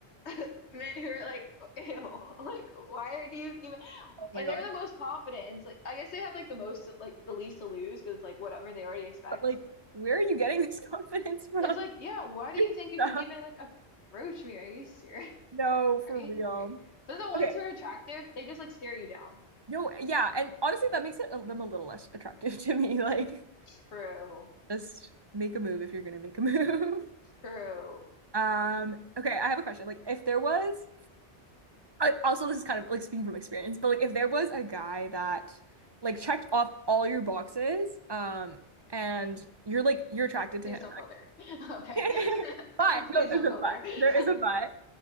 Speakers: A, on the left; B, on the right.
A: <laughs> men who are like, ew, <laughs> like, why are you even,
B: Oh my
A: and
B: God.
A: they're the most confident. And it's like, I guess they have, like, the most, like, the least to lose because it's like whatever they already expect.
B: But like, where are you getting this confidence from?
A: It's like, yeah, why do
B: <laughs>
A: you think you can even, like, approach me? Are you serious?
B: No, for
A: Are you
B: real.
A: serious? But the ones
B: Okay.
A: who are attractive, they just like stare you down.
B: No, yeah, and honestly, that makes it, them a little less attractive <laughs> to me. Like,
A: True,
B: just make a move if you're gonna make a move.
A: true.
B: Um, okay, I have a question. Like, if there was, I, also this is kind of like speaking from experience, but like if there was a guy that like checked off all your boxes, um, and you're like you're attracted to
A: Please
B: him,
A: don't go there. <laughs> Okay.
B: right?
A: <laughs> I
B: <laughs> But
A: was like, please
B: no, there's
A: don't
B: a
A: go
B: but.
A: there.
B: There
A: <laughs>
B: is a but.